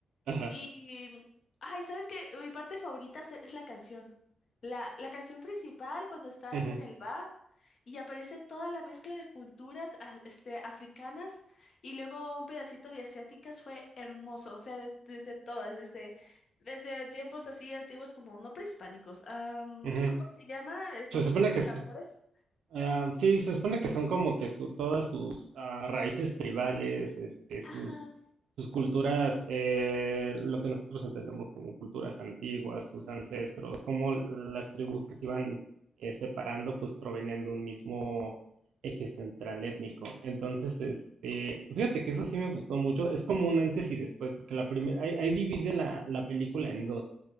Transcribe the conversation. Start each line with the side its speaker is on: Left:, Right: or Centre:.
Right: Ajá,
Left: Y, ay, ¿sabes qué? Mi parte favorita se- es la canción. La, la canción principal cuando están
Right: ujú,
Left: en el bar y aparece toda la mezcla de culturas ah, este, africanas y luego un pedacito de asiáticas fue hermoso. O sea, de- desde todas, desde, desde tiempos así antiguos como no prehispánicos. Am,
Right: ujú.
Left: ¿cómo se llama eh,
Right: Se
Left: cuando
Right: supone
Left: tocan
Right: que se
Left: tambores?
Right: Ah, sí, se supone que son como que su, todas sus ah, raíces tribales, este,
Left: Ajá.
Right: sus, sus culturas, eh, lo que nosotros entendemos como culturas antiguas, sus ancestros, como las tribus que se iban eh, separando, pues provenían de un mismo eje central étnico. Entonces, este, fíjate que eso sí me gustó mucho, es como un antes y después, porque la primera, ahí, ahí divide la, la película en dos.